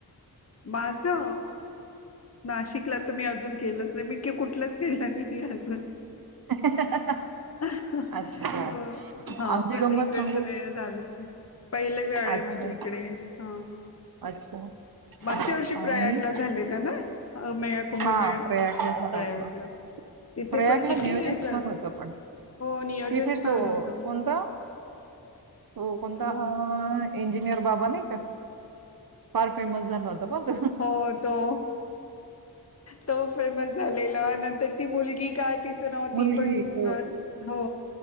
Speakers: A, on the left; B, on the right.
A: माझ अ नाशिकला तर मी अजून केलंच नाही मी कुठलाच गेलं नाही अजून
B: <unintelligible>
A: अ
B: अच्छा
A: हा
B: आमची
A: माझं
B: गंमत
A: इकडच
B: सांगू
A: काही झालंच नाही पहिलं वेळ आहे
B: अच्छा
A: माझी इकडे हा
B: अच्छा हा.
A: मागच्या वर्षी
B: आणि
A: प्रयागला झालेला ना मेळा कुंभमेळा
B: हा प्रयाग झाला
A: प्रयागला
B: होता
A: तिथे
B: प्रयागला
A: पण किती
B: नियोजन
A: हे झालं
B: छान होत पण
A: हो नियोजन
B: तिथे
A: छान
B: तो
A: होतं मग
B: कोणता तो कोणता
A: अ
B: हा इंजिनियर बाबा नाही का फार फेमस झाला होता पण त
A: हो तो तो फेमस झालेला नंतर ती मुलगी का त नाव
B: मुलगी
A: ती पण
B: हो
A: हो